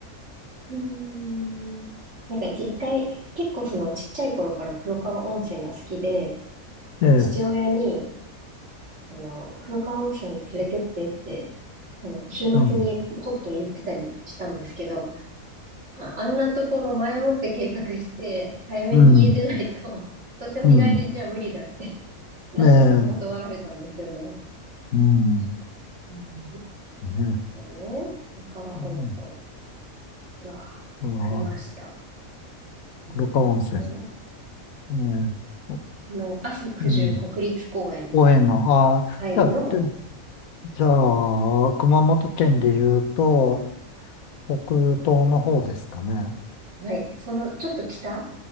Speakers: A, on the right (about 55°); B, on the left (about 80°).
A: うーん。なんか一回、結構そのちっちゃい頃から黒川温泉が好きで、
B: ええ、
A: 父親に、あの、黒川温泉に連れてってってその週末にポッと言ってたりしたんですけど、
B: うん。
A: あ、あんなところ前もって計画して、早めに家出ないと、
B: うん。
A: <laughs> とても日帰りじゃ無理だって、
B: うん。
A: 何度か断られたんですよね。
B: ねえ、うん、ね
A: うん。
B: え、
A: だよね、古川温泉
B: う
A: が
B: ん、ああ、
A: ありました。えーっと、
B: 黒川温泉、ええ、お
A: あの、阿蘇九十国立公園、
B: うん、応援の、ああ、
A: はい、
B: じゃあ、
A: の、
B: でじゃあ、熊本県で言うと、北東の方ですかね。
A: はい、そのちょっと北、